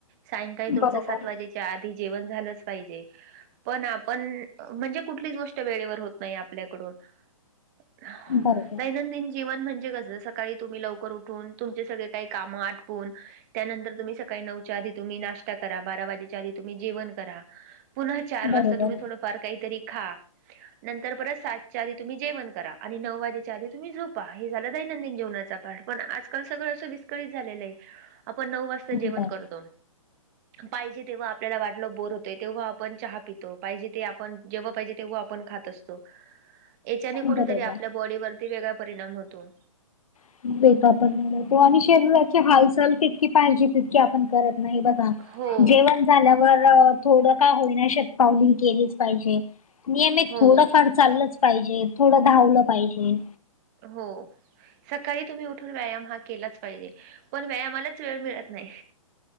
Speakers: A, on the right; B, on the left.
A: सायंकाळी तुमचं
B: बरोबर
A: सात वाजेच्या आधी जेवण झालंच पाहिजे पण आपण म्हणजे कुठलीच गोष्ट वेळेवर होत नाही आपल्याकडून <unintelligible>
B: बरोबर
A: दैनंदिन जीवन म्हणजे कसं सकाळी तुम्ही लवकर उठून तुमचे सगळे काही कामं आटपून त्यानंतर तुम्ही सकाळी नऊच्या आधी तुम्ही नाश्ता करा बारा वाजेच्या आधी तुम्ही जेवण करा पुन्हा चार वाजता
B: बरोबर
A: तुम्ही थोड पार काय तरी खा नंतर परत सात च्या आधी तुम्ही तम्ही जेवण करा आणि नऊ वाजेच च्या आधी तुम्ही झोपा हे झाला दैनंदिन जीवनाचा पाठ पण आज काण सगळं असं विस्कळीत झालेलं आहे आपण नऊ वाजता जेवण
B: बर
A: करतो पाहिजे तेव्हा आपल्याला वाटलं बोर होतंय तेव्हा आपण चहा पितो पाहिजे ते आप - आपण जेव्हा पाहिजे तेव्हा आपण खात असतो याच्याने कुठतरी
B: बरोबर
A: आपल्या बॉडीवरती वेगळा परिणाम होतो
B: <unintelligible> आणि
A: हम्म.
B: शरीराची हालचाल कितकी पाहिजे तितकी आपण करत नाही बस
A: हो
B: जेवण झाल्यावर थोडं का होईना शत पावली हो केलीच पाहिजे नियमित
A: हो
B: थोडंफार चाललंच पाहिजे थोडं धावलं पाहिजे.
A: हो. सकाळी तुम्ही उठून व्यायाम हा केलाच पाहिजे पण व्यायामालाच वेळ मिळत नाही.